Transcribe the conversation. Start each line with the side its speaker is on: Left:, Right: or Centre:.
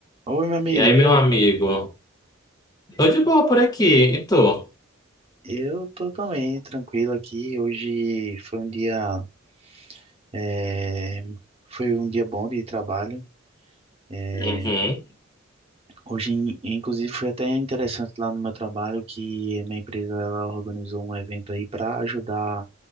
Right: Oi, meu amigo,
Left: E aí,
Right: e
Left: meu
Right: aí?
Left: amigo? Tô de boa por aqui. E tu?
Right: Eu tô também tranquilo aqui. Hoje foi um dia, é, foi um dia bom de trabalho. É,
Left: Uhum.
Right: hoje, in- inclusive, foi até interessante lá no meu trabalho que minha empresa ela organizou um evento aí para ajudar